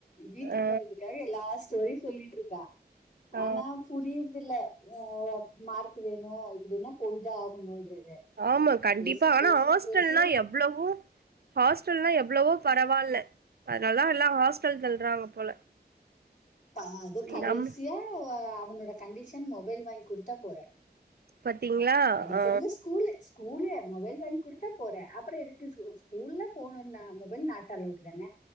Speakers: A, on the left; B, on the right.
A: வீட்டுக்கு
B: ஆ
A: வரதுக்காக எல்லா ஸ் டோரி சொல்லிட்டு இருக்கா
B: ஆ
A: ஆனா புரியது இல்ல ஆ மார்க்கு வேணு நோ இப்புடின்னா போயி தா ஆகணுன்றது
B: ஆமா கண்டிப்பா
A: பேசி
B: ஆனா
A: பேசி
B: ஹாஸ்டல்னா
A: பேசி
B: எவ்வுளவு ஹாஸ்டல்லா எவ்வுளவோ பரவா இல்ல அதனால தா எல்லா ஹாஸ்டல்ல தள்றாங்க போல
A: ஆ அது கடைசியா
B: நம்
A: ஆ அவனோட கண்டிஷன் மொபைல் வாங்கி குடுத்தா போறே
B: பாத்தீங்களா
A: படிக்கறாது
B: ஆ
A: ஸ்கூலு ஸ்கூலு மொபைல் வாங்கி குடுத்தா போற அப்புறோ எதுக்கு ஸ் ஸ்கூல்ல ஃபோன் ஒன்ன மொபைல் நாட் அலோட்தான